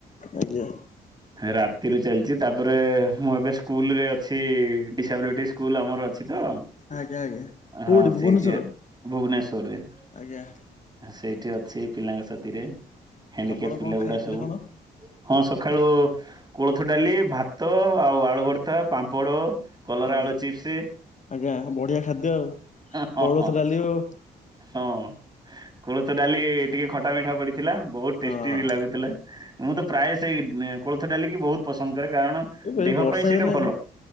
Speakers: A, on the left; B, on the right.
A: ଆଜ୍ଞା।
B: ରାତିରୁ ଚାଲିଚି ତାପରେ ମୁଁ ଏବେ ସ୍କୁଲ୍ ରେ ଅଛି ଡିସବିଲଟିସ୍ ସ୍କୁଲ୍ ଆମର ଅଛି ତ
A: ଆଜ୍ଞା ଆଜ୍ଞା କୋଉଠି
B: ହଁ
A: ଭୁବନେଶ୍ଵର?
B: ସେଇଠି ଭୁବନେଶ୍ଵରରେ।
A: ଆଜ୍ଞା।
B: ସେଇଠି ଅଛି ପିଲାଙ୍କ ସାଥିରେ ହ୍ୟାଣ୍ଡିକାପ୍
A: ଆପଣ
B: ପିଲା
A: କଣ ଖାଇଥିଲେ
B: ଗୁଡ଼ା ସବୁ।
A: କଣ?
B: ହଁ ସଖାଳୁ କୋଳଥ ଡାଲି, ଭାତ ଆଉ ଆଳୁ ଭର୍ତ୍ତା, ପାମ୍ପଡ଼ କଲରା
A: ଆଜ୍ଞା
B: ଆଳୁ ଚିପ୍ସ
A: ଆଜ୍ଞା ବଢିଆ ଖାଦ୍ୟ ଆଉ
B: ହ
A: କୋଳଥ
B: ହଁ।
A: ଡାଲି ଆଉ
B: ହଁ କୋଳଥ ଡାଲି ଟିକେ ଖଟା ମିଠା ପଡ଼ିଥିଲା ବୋହୁତ ଟେଷ୍ଟି
A: ହଁ।
B: ବି ଲାଗୁଥିଲା। ମୁଁ ତ ପ୍ରାୟ ସେଇ କୋଳଥ ଡାଲିକି ବହୁତ ପସନ୍ଦ କରେ କାରଣ
A: ଏ ଭାଇ
B: ଦେହ
A: ବର୍ଷା
B: ପାଇଁ ସେଇଟା
A: ଦିନେ
B: ଭଲ।